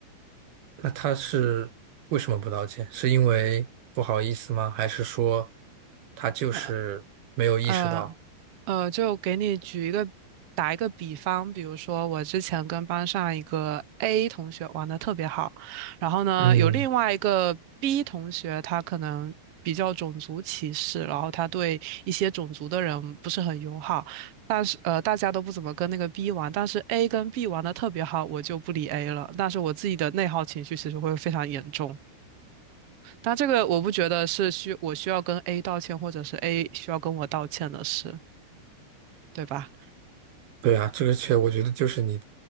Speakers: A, on the right; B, on the right.
A: 那他是为什么不道歉？是因为不好意思吗？还是说他就是没有意识到？
B: 呃呃呃，就给你举一个打一个比方，比如说我之前跟班上一个 A 同学玩的特别好，然后呢，
A: 嗯，
B: 有另外一个 B 同学，他可能比较种族歧视，然后他对一些种族的人不是很友好，但是呃，大家都不怎么跟那个 B 玩，但是 A 跟 B 玩的特别好，我就不理 A 了，但是我自己的内耗情绪其实会非常严重。但这个我不觉得是需我需要跟 A 道歉，或者是 A 需要跟我道歉的事，对吧？
A: 对啊，这个确我觉得就是你